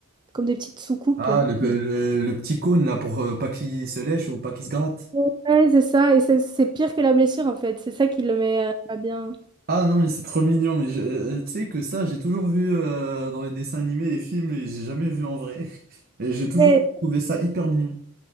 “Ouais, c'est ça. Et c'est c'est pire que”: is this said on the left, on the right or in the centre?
Right